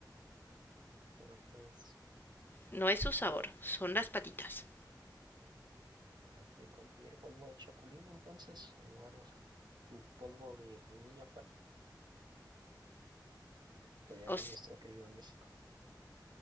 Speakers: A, on the right; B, on the left.
A: pero pues
B: No es su sabor, son las patitas.
A: hay que consumir polvo de chapulín entonces, en lugar de polvo de vainilla para apoyar
B: O,
A: a nuestro querido México.